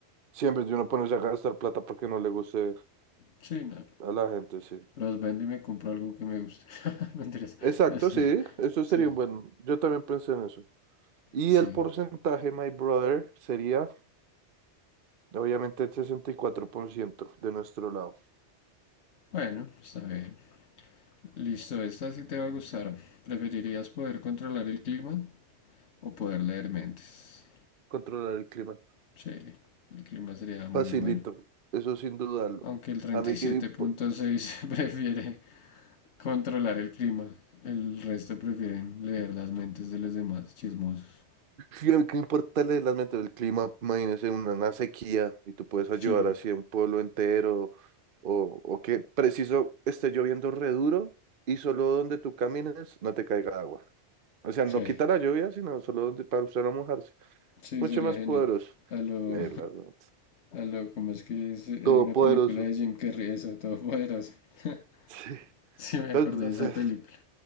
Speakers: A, on the right; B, on the left.
A: Siempre de uno ponerse a gastar plata porque no le guste
B: Sí, no.
A: a la gente, sí.
B: Los vendo y me compro algo que me guste. <laughs> Mentiras.
A: Exacto,
B: Sí,
A: sí. Eso
B: sí,
A: sería un buen. Yo también pensé en eso. Y
B: sí.
A: el porcentaje, my brother, sería obviamente el 64% de nuestro lado.
B: Bueno, está bien. Listo, esta sí te va a gustar. ¿Preferirías poder controlar el clima o poder leer mentes?
A: Controlar el clima.
B: Sí, el clima sería muy
A: Facilito,
B: bueno.
A: eso sin dudarlo.
B: aunque el 37.6
A: A mí que me, impo-
B: <laughs> prefiere controlar el clima, el resto prefieren leer las mentes de los demás chismosos.
A: sí, a mí que me importa el el del clima, imagínese una, una sequía y tú puedes ayudar
B: Sí,
A: así a un pueblo entero o, o que preciso esté lloviendo re duro y solo donde tú camines no te caiga agua. O sea,
B: sí,
A: no quita la lluvia, sino solo donde para usted no mojarse.
B: sí,
A: Mucho
B: sería
A: más
B: genial.
A: poderoso.
B: A lo,
A: Leerla, ¿no?
B: a lo, como <laughs> es que es- hay
A: Todopoderoso.
B: una película de Jim Carrey, eso, Todopoderoso. <laughs>
A: Sí.
B: Sí, me
A: Pero,
B: acordé de esa
A: se-
B: película.